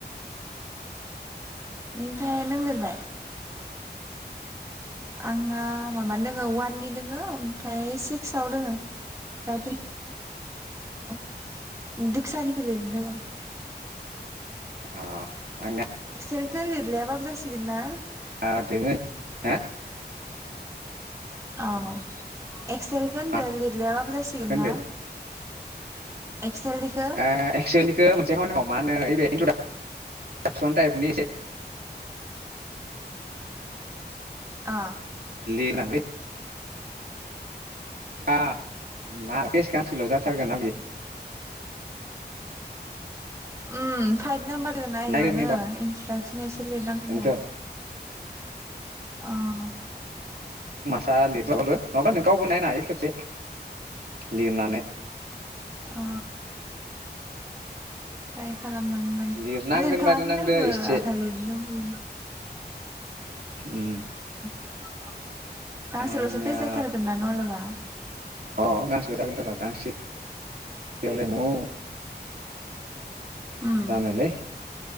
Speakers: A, on the right; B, on the right.
A: ओमफ्राय नों लिरबाय? आंना माबानि दोङो वाननि दोङो ओमफ्राय सिक्साव दोङो <unintelligible> दिक्सानि लिरनो दोङो।
B: अ आंनिया
A: एक्सेल लिरलाया बाबो जासिगोना?
B: आ दोङो हो?
A: अ एक्सेलखो होनदो
B: माखौ
A: लिरलियाबाबो जासिगोन
B: होनदों
A: ना? एक्सेलनिखौ
B: ओ एक्सेलनिखो मोनसे खामानि माव मा होनो ओइबे इन्ट्र'दाकसन टाइपनि एसे
A: अ
B: लेनां लै बा मा पेज गांसेल' जाथारगोन ना बियो
A: उम फाइभ नामबार दोङो ना‌ इयावनो
B: नायग्रोनि र'
A: इन्ट्रदाक्सन एसे लिरनांगोन
B: बेनोथ'
A: जां अ
B: फिसा लिरबाबो नङाबा नों गावबो नायनो हायो खेबसे लिरनानै
A: अ टाइप खालामनांगोन
B: लिरनांगोन
A: लिरखाङाखैनो
B: बादि नांदो
A: आंबो
B: एसे
A: आधा लिरनो दंबोयो।
B: उम
A: <inaudible> गांसेलसो
B: आंनिया
A: फेस जाथारगोन ना नलेबा
B: अ गांसल जागोन थर गांसेयावलाय मौ
A: उम
B: जानोलै